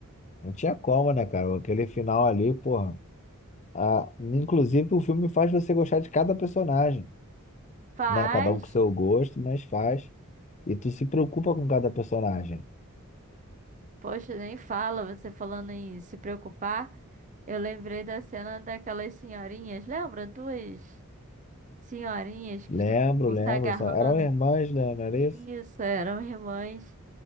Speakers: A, on the left (about 35°); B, on the right (about 35°).
A: Não tinha como, né, cara? Aquele final ali, porra. Ah, inclusive, o filme faz você gostar de cada personagem,
B: Faz,
A: né? Cada um com seu gosto, mas faz. E tu se preocupa com cada personagem.
B: poxa, nem fala, você falando em se preocupar. Eu lembrei da cena daquelas senhorinhas, lembra? Duas. senhorinhas que
A: Lembro,
B: estavam
A: lembro.
B: se agarrando.
A: Só... Eram irmãs, né? Não era
B: Isso,
A: isso?
B: eram irmãs.